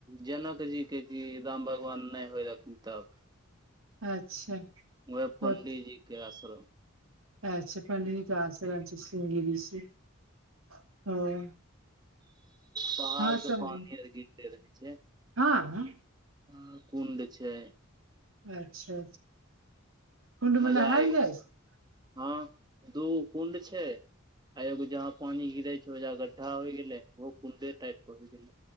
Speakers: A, on the right (about 20°); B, on the right (about 80°).
A: जनक जी के जी राम भगवान नहि होइ रहखिन तब
B: अच्छा
A: ओह पंडितजी
B: ओ
A: के आश्रम
B: अच्छा पंडित जी के आश्रम छी श्रृंगी ऋषि छै ओ
A: पहाड़
B: हँ
A: से
B: सब
A: पानी आर गिरते रहे छै
B: हँ
A: आ कुंड छै
B: अच्छा अच्छा कुण्ड
A: मजा
B: मे नहायल
A: आइ
B: जाइ छै
A: हँ दू कुंड छै आ एगो जहा पानी गिरे छै ओएजा गड्ढा होय गेले ओहो कुंडे टाइप के होय गेले